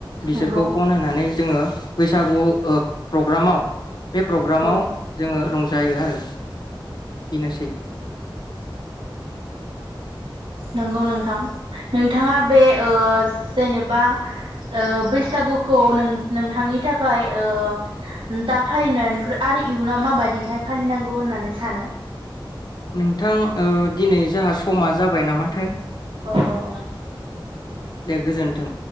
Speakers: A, on the left; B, on the right.
A: बिसोरखौ
B: नंगौ
A: खन होनानै जोङो। बैसागु ओ प्रग्रामाव बे प्रग्रामाव
B: औ
A: जोङो रं जायो आरो बेनोसै।
B: नंगौ नोंथां नोंथाङा बे ओ जेनेबा ओ बैसागुखौ नों-नोंथांनि थाखाय ओ दा फालिनायख आरो इयुनाव माबादिहाय फालिनांगौ होननानै सानो।
A: नोंथां ओ दिनै जाहा समा जाबाय नामाथाय।
B: अ अ अ
A: दे गोजोन्थों।